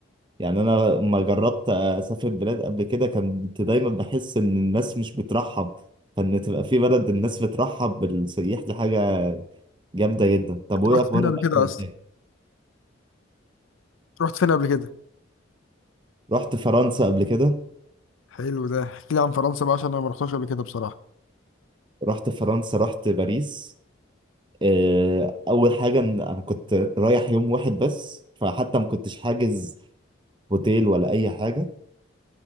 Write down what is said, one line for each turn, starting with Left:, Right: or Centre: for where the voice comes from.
Right: يعني انا لما جربت اسافر بلاد قبل كده كنت دايما بحس ان الناس مش بترحب فان تبقى في بلد الناس بترحب بالسياح دي حاجه جامده جدا طب
Left: انت
Right: وايه
Left: رحت
Right: اخبار
Left: فين قبل
Right: الاكل
Left: كده اصلا
Right: هناك
Left: رحت فين قبل كده
Right: رحت فرنسا قبل كده
Left: حلو ده احكي لي عن فرنسا بقى عشان انا ما رحتش قبل كده بصراحه
Right: رحت فرنسا رحت باريس آه، اول حاجه إن انا كنت رايح يوم واحد بس فحتى ما كنتش حاجز هوتيل ولا اي حاجه